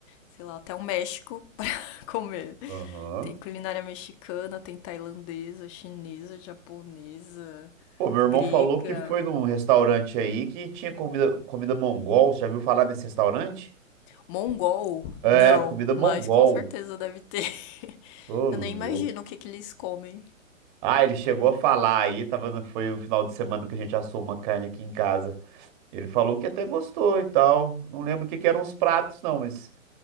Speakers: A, on the left; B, on the right.
A: sei lá, até o México <laughs> pra comer.
B: Aham.
A: Tem culinária mexicana, tem tailandesa, chinesa, japonesa,
B: Pô, meu irmão
A: grega.
B: falou que foi num restaurante aí que tinha comida, comida mongol. Você já viu falar nesse restaurante?
A: Mongol?
B: É,
A: Não,
B: comida mongol.
A: mas com certeza deve ter. <laughs>
B: Ô, louco.
A: Eu nem imagino o que que eles comem.
B: Ah, ele chegou a falar aí, tava, no- foi um final de semana que a gente assou uma carne aqui em casa. Ele falou que até gostou e tal. Não lembro o que que eram os pratos, não, mas